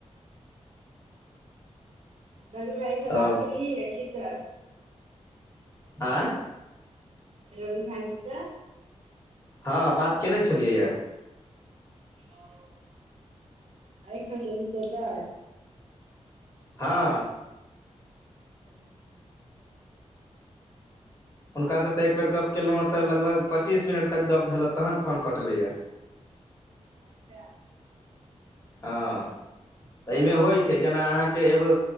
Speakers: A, on the right (about 55°); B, on the left (about 25°).
A: रवि भाईजी से
B: तब
A: बात केलियै है की सब
B: आइ
A: रवि भाईजी स
B: हँ बात केयने छलियै यऽ
A: <unintelligible> अइ सब केँ विषय पर
B: हँ
A: <unintelligible>
B: हुनका स तऽ एक बेेर गप केलौं हँ तऽ लगभग पच्चीस मिनट तक गप्प भेल हँ तहन फोन कटलै यऽ
A: अच्छा
B: हँ <inaudible> तऽ एहिमे होइ छै जेना अहाँकेँ एगो